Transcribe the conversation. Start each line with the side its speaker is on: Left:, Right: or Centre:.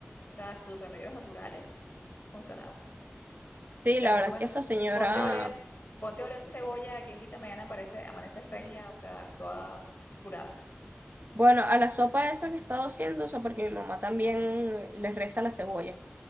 Left: O sea, sus remedios naturales funcionaban.
Right: Sí,
Left: Te
Right: la
Left: recomiendo,
Right: verdad es que esa señora,
Left: ponte a oler, ponte a oler cebolla, quien quita mañana aparece, amaneces regia, o sea, toda curada.
Right: bueno, a la sopa esa que he estado haciendo, o sea, porque mi mamá también le reza la cebolla.